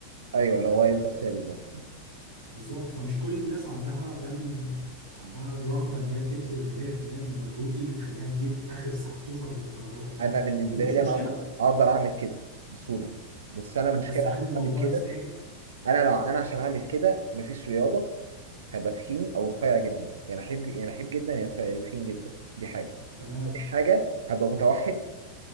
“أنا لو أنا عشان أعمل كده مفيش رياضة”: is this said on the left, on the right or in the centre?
Right